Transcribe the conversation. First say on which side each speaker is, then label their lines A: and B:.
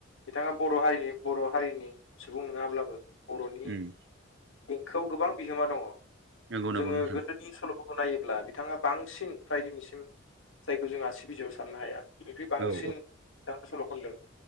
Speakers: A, on the left; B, on the right.
A: बिथाङा बर' हारिनि बर' हारिनि सुबुं नङाब्लाबो बर'नि
B: उम
A: खौ गोबां बिहोमा दङ
B: नंगौ
A: जोङो
B: नंगौ नोंथां
A: गोदो नि सल'फोरखौ नायोब्ला बिथाङा बांसिन फ्राय दिनैसिम जायखौ जोंहा आसि बिजौआव साननो हाया। बिनिफ्राय बांसिन
B: औ
A: सल' खनदों